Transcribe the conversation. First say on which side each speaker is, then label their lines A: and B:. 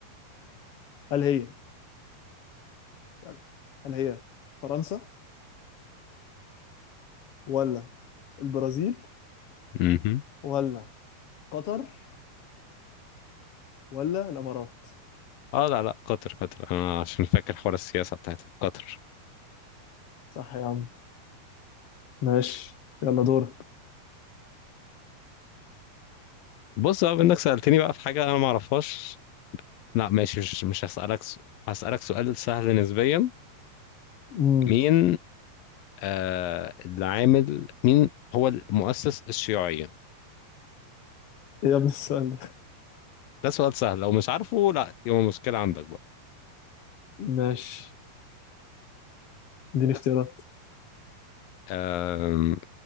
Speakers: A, on the left (about 50°); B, on the left (about 70°).
A: هل هي اسألك. هل هي فرنسا ولا البرازيل
B: مهم.
A: ولا قطر ولا الامارات
B: اه لا لا قطر قطر انا عشان فاكر حوار السياسه بتاعتها قطر
A: صح يا عم ماشي يلا دورك <laughs>
B: بص بقى انك سالتني بقى في حاجه انا ما اعرفهاش لا ماشي مش مش هسالك س- هسالك سؤال سهل نسبيا
A: امم
B: مين آه اللي عامل مين هو المؤسس الشيوعية
A: إيه يا ابن السؤال ده
B: ده سؤال سهل لو مش عارفه لا يبقى مشكلة عندك بقى
A: ماشي اديني اختيارات
B: آم،